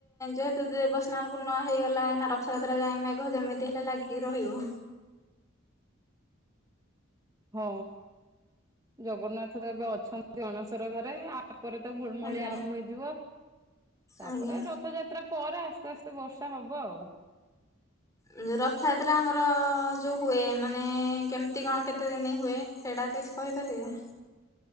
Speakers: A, on the left; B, on the right.
A: ଯେହେତ ଦେବସ୍ନାନ ପୂର୍ଣ୍ଣ ହେଇଗଲା ନା ରଥଯାତ୍ରା ଯାଏ ମେଘ ଯେମିତି ହେଲେ ଲାଗିକି ରହିବ।
B: ହଁ ଜଗନ୍ନାଥ ଏବେ ଅଛନ୍ତି ଅଣସର ଘରେ ଆ ତାପରେ ତ ଘୁଳମୁଳି
A: ଆଜ୍ଞା
B: ଆରମ୍ଭ ହେଇଯିବ ତାପରେ
A: ଆଜ୍ଞା।
B: ରଥଯାତ୍ରା ପରେ ଆସ ଆସ୍ତେ ଆସ୍ତେ ବର୍ଷା ହବ ଆଉ।
A: ଯୋଉ ରଥଯାତ୍ରା ଆମର ଯୋଉ ହୁଏ ମାନେ କେମିତି କଣ କେତେ ଦିନ ହୁଏ। ସେଇଟା କିଛି କହିପାରିବେ?